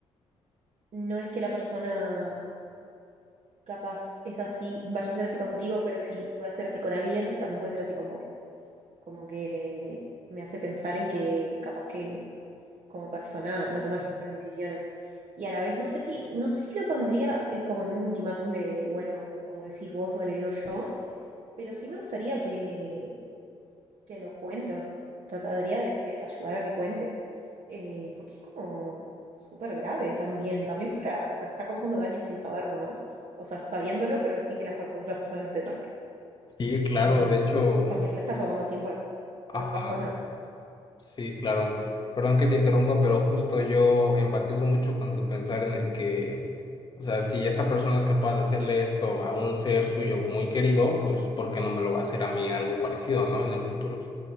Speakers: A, on the right; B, on the left.
A: no es que la persona capaz es así, vaya a ser así contigo, pero si puede ser así con alguien, también puede ser así con vos. Como que me hace pensar en que capaz que como persona no toma las mejores decisiones. Y a la vez no sé si, no sé si lo pondría eh, como en un ultimátum de, bueno, o decís vos o le digo yo, pero sí me gustaría que, que lo cuente o trataría de de ayudar a que cuente. eh, porque es como súper grave también, también para, o sea, está causando daño sin saberlo, ¿no? Y, o sea, sabiéndolo, pero sin que las perso- otras personas lo sepan.
B: Sí, claro,
A: Y
B: de hecho,
A: también le estás robando tiempo a las
B: ajá,
A: otras personas.
B: sí, claro. Perdón que te interrumpa, pero justo yo empatizo mucho con tu pensar en el que, o sea, si esta persona es capaz de hacerle esto a un ser suyo muy querido, pues ¿por qué no me lo va a hacer a mí algo parecido, ¿no? En el futuro.